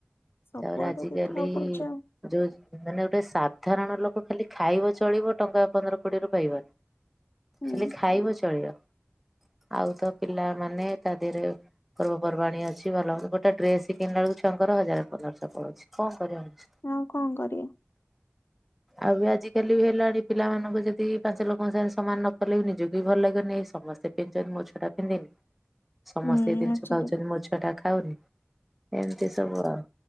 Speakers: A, on the left; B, in the centre.
A: ସବୁଆଡେ
B: ତାପରେ ଆଜିକାଲି
A: ଦେଖିବାକୁ ପଡୁଛି ଆଉ।
B: ଯୋଉ ମାନେ ଗୋଟେ ସାଧାରଣ ଲୋକ, ଖାଲି ଖାଇବ ଚଳିବ ଟଙ୍କା ପନ୍ଦର କୋଡି ରୁ ପାଇବ।
A: ହୁଁ
B: ଖାଲି ଖାଇବ ଚଳିବ, ଆଉ ତ ପିଲାମାନେ ତା ଦେହରେ ପର୍ବପର୍ବାଣୀ ଅଛି, ଭଲ ମନ୍ଦ। ଗୋଟେ ଡ୍ରେସ କିଣିଲା ବେଳକୁ ଛୁଆଙ୍କର ହଜାର ପନ୍ଦରଶହ ପଳାଉଛି। କଣ କରିବା ମଣିଷ?
A: ହଁ, କଣ କରିବା?
B: ଆଉ ଆଜିକାଲି ବି ହେଲାଣି, ପିଲାମାନଙ୍କୁ ଯଦି ପାଞ୍ଚ ଲୋକଙ୍କ ସାଙ୍ଗ ସମାନ ନ କଲେ, ବି ନିଜକୁ ବି ଭଲ ଲାଗନି। ଏ ସମସ୍ତେ ସେଜାନ୍ ମୋ ଛୁଆଟା ପିନ୍ଧିନି। ସମସ୍ତେ
A: ହୁଁ
B: ଏଇ ଜିନିଷ
A: ଆଚ୍ଛା
B: ଖାଉଛନ୍ତି,
A: ଠିକ୍
B: ମୋ ଛୁଆ ଟା ଖାଉନି ଏମିତି ସବୁ ଆଉ।